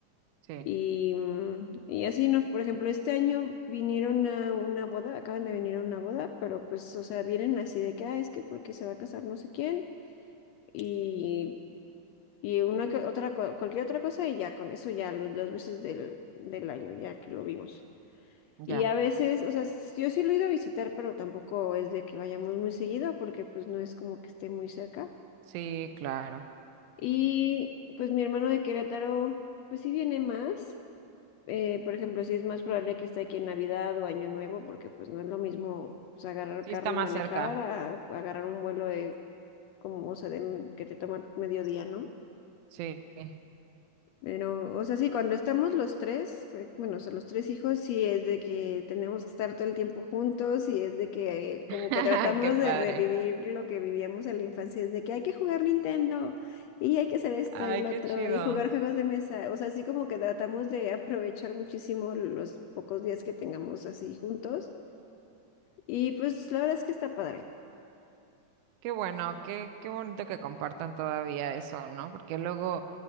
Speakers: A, on the right; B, on the left.
A: Sí,
B: Y, mm, y así, ¿no? Por ejemplo, este año vinieron a una boda, acaban de venir a una boda, pero pues, o sea, vienen así de que, ah, es que porque se va a casar no sé quién, y, y una que- otra, co- cualquier otra cosa, y ya con eso ya, las dos veces del, del año, ya que lo vimos. Y
A: ya.
B: a veces, o sea, s- yo sí lo he ido a visitar, pero tampoco es de que vayamos muy seguido, porque pues no es como que esté muy cerca.
A: Sí, claro.
B: Y pues mi hermano de Querétaro, pues sí viene más. eh, por ejemplo, sí es más probable que esté aquí en Navidad o Año Nuevo, porque pues no es lo mismo pues, agarrar
A: Sí,
B: carro
A: está
B: y
A: más
B: manejar
A: cerca.
B: a agarrar un vuelo de, como, o sea, de, que te toma mediodía, ¿no?
A: Sí. <laughs>
B: Pero, o sea, sí, cuando estamos los tres, eh, bueno, o sea, los tres hijos, sí es de que tenemos que estar todo el tiempo juntos y es de que eh, como
A: Ay,
B: que tratamos
A: Qué padre.
B: de revivir lo que vivíamos en la infancia, es de que hay que jugar Nintendo y hay que hacer esto
A: Ay,
B: y lo
A: qué
B: otro
A: chido.
B: y jugar juegos de mesa, o sea, así como que tratamos de aprovechar muchísimo los pocos días que tengamos así juntos y pues la verdad es que está padre.
A: Qué bueno, qué, qué bonito que compartan todavía eso, ¿no? Porque luego